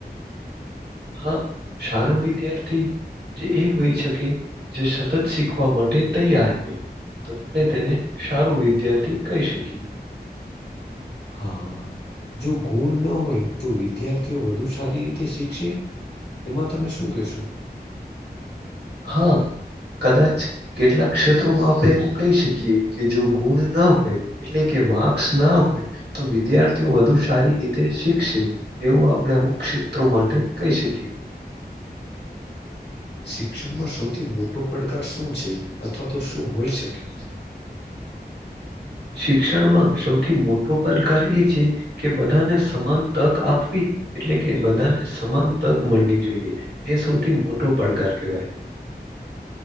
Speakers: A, on the right; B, on the left.
A: હા સારું વિદ્યાર્થી જે એ હોય શકે જે સતત શીખવા માટે તૈયાર હોય તો આપણે તેને સારું વિદ્યાર્થી કહી શકીએ
B: હા જો ગુણ ના હોય તો વિદ્યાર્થીઓ વધુ સારી રીતે શીખશે એમાં તમે શું કહેશો
A: હા કદાચ કેટલાક ક્ષેત્રોમાં આપણે એમ કહી શકીએ કે જો ગુણ ન હોય એટલે કે માર્ક્સ ના હોય તો વિદ્યાર્થીઓ વધુ સારી રીતે શીખશે એવું આપણે અમુક ક્ષેત્રો માટે કહી શકીએ
B: શિક્ષણમાં સૌથી મોટો પડકાર શું છે અથવા તો શું હોય શકે
A: શિક્ષણમાં સૌથી મોટો પડકાર એ છે કે બધાને સમાન તક આપવી એટલે કે બધાને સમાન તક મળવી જોઈએ એ સૌથી મોટો પડકાર કહેવાય